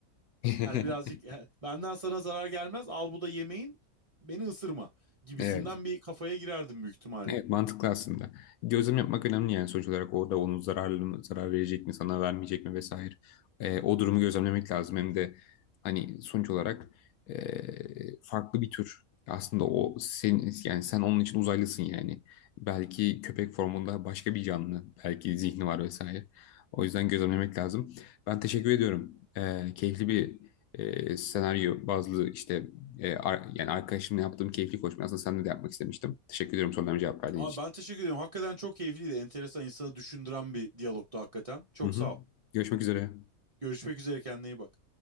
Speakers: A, on the left; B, on the right.
A: <laughs>
B: Yani birazcık ya, benden sana zarar gelmez al bu da yemeğin beni ısırma gibisinden
A: Evet.
B: bir kafaya girerdim büyük ihtimalle.
A: Evet mantıklı aslında. Gözlem yapmak önemli yani sonuç olarak orada onun zararlı mı, zarar verecek mi, sana vermeyecek mi vesaire. Ee, o durumu gözlemlemek lazım. Hem de hani sonuç olarak ee, farklı bir tür. Aslında o sen yani sen onun için uzaylısın yani. Belki köpek formunda başka bir canlı, belki zihni var vesaire. O yüzden gözlemlemek lazım. Ben teşekkür ediyorum. Ee, keyifli bir ee, senaryo bazlı işte e, ar- yani arkadaşımla yaptığım keyifli koşma Aslında seninle de yapmak istemiştim. Teşekkür ediyorum sorularıma cevap verdiğin
B: Ama
A: için.
B: ben teşekkür ediyorum. Hakikaten çok keyifliydi. Enteresan insanı düşündüren bir diyalogtu hakikaten. Çok
A: Hı hı.
B: sağ ol.
A: Görüşmek üzere.
B: Görüşmek üzere kendine iyi bak.